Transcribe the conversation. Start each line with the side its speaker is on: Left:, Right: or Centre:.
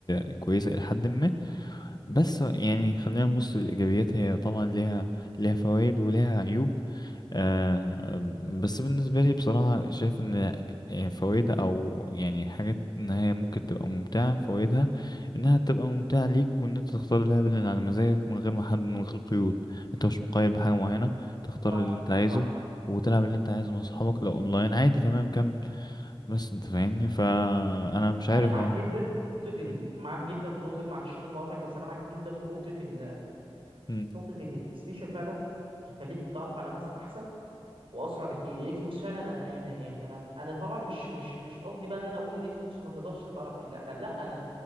Left: آه، كويسة إلى حد ما بس يعني خلينا نبص للإيجابيات هي طبعا ليها ليها فوائد وليها عيوب آه آه، بس بالنسبة لي بصراحة شايف إن فوائدها أو يعني حاجات إن هي ممكن تبقى ممتعة فوائدها إنها تبقى ممتعة ليك وإن أنت تختار اللعبة اللي على مزاجك من غير ما حد من غير قيود أنت مش مقيد بحاجة معينة تختار
Right: صح
Left: اللي أنت عايزه
Right: صح
Left: وتلعب اللي أنت عايزه مع أصحابك لو أونلاين عادي تمام كمل بس انت فاهمني فانا مش عارف
Right: انا معاك
Left: اهو
Right: جدا في نقطه ال...
Left: مم.
Right: معاك جدا في نقطه معلش ان انا بقاطعك بس انا معاك جدا في نقطه ال...
Left: مم.
Right: نقطه ان البلاي ستيشن فعلا يخليك تتعرف على ناس احسن واسرع بكتير الاكس بوكس فعلا انا أنا- يعني انا انا طبعا مش مش مش قصدي بقى ان انا اقول ان الاكس بوكس ما تقدرش تتعرف فيه لا لا انا